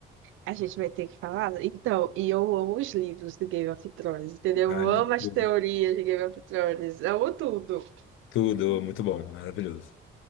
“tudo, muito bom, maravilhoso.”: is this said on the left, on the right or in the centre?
Left